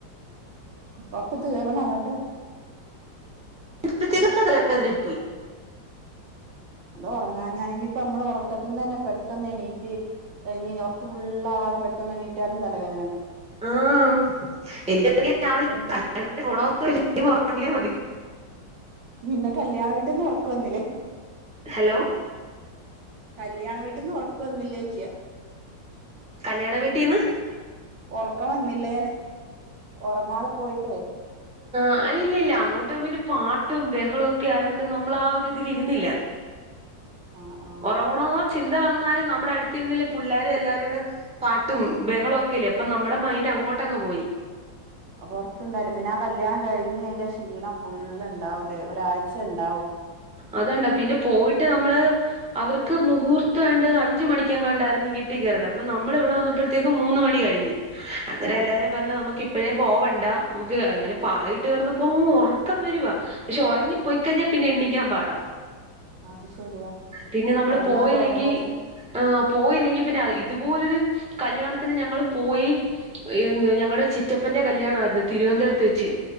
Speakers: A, on the right; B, in the centre.
A: ഒക്കെ തീർന്നങ്ങട്ട്
B: <unintelligible> പോയ്
A: അതൊറങ്ങാഞ്ഞാണ് ഞ്ഞ്പ്പം അമ്മള് ഒറക്കത്ത്ന്നെന്നെ പെട്ടെന്ന് എണീറ്റ് കഴിഞ്ഞയ്ഞ്ഞ് ഒർക്ക് ഫുള്ളാവാതെ പെട്ടെന്ന് എണീറ്റാലും തലവേദ
B: ആഹ് എനിക്കാണെങ്കി രാവിലെ
A: അതെന്താ
B: കല്യാണത്തിന് പോണോന്നുല്ല ഒറങ്ങ്യാ മതി
A: പിന്നെ കല്യാണ വീട്ട്ന്ന് ഒറക്ക് വന്നിലേ
B: ഹലോ
A: കല്യാണ വീട്ടിന്ന് ഒറ്ക്ക് വന്നില്ലേയ്ക്ക്യാ
B: കല്യാണ വീട്ടീന്ന്
A: ഉറക്കം വന്നില്ലേന്ന് ഉറങ്ങാതെ പോയിട്ടേ
B: ആഹ് ഇല്ല ഇല്ല അങ്ങോട്ടും വല് പാട്ടും ബഹളും ഒക്കെ ആയോണ്ട് നമ്മൾ ആ ഒരുതില് ഇരുന്നില്ല
A: ആഹ് ആഹ്
B: ഉറങ്ങണെന്നോ ചിന്ത വന്നാലും നമ്മുടെ അടുത്തിരുന്നില്ല പുള്ളേർ എല്ലാവരുടെ പാട്ടും ബഹളം ഒക്കെല്ലേ അപ്പൊ നമ്മുടെ മൈൻഡ് അങ്ങോട്ടങ്ങ് പോയി
A: അപ്പൊ ഉറക്കണ്ടായില്ല പിന്നെ ആ കല്യാണം കഴിഞ്ഞ് അതിന്റെ ആ ക്ഷീണം ഫുള് ഉണ്ടാവും അല്ലെ ഒരാഴ്ച ഉണ്ടാവും
B: അതണ്ടാ പിന്നെ പോയിട്ട് നമ്മള് അവർക്ക് മുഹൂർത്തം ആണ്ട് അഞ്ച് മണിക്കങ്ങാണ്ടായിരുന്നു വീട്ടിൽ കയറുന്നത് അപ്പം നമ്മൾ ഇവിടെ വന്നപ്പോഴേക്ക് മൂന്ന് മണി കഴിഞ്ഞ് അന്നരെല്ലാരും
A: ആഹ്
B: പറഞ്ഞ് നമുക്ക് ഇപ്പഴേ പോവണ്ട നമുക്ക് അങ്ങനെ പായിട്ട് കിന്നപ്പോ അങ്ങ് ഉറക്കം വരുവാ പക്ഷെ ഉറങ്ങി പോയി കഴിഞ്ഞാൽ പിന്നെ എണ്ണിക്കാൻ പാടാ
A: അത് ശരിയാ
B: പിന്നെ നമ്മള്
A: ഉറങ്ങാതെ
B: പോയില്ലെങ്കിൽ
A: ഉറങ്ങുമ്പോ
B: ആഹ് പോയില്ലെങ്കി പിന്നെ ഇതുപോലൊരു കല്യാണത്തിന് ഞങ്ങള് പോയി എന്ത് ഞങ്ങളടെ ചിറ്റപ്പന്റെ കല്യാണമായിരുന്നു തിരുവനന്തപുരത്ത് വെച്ച്..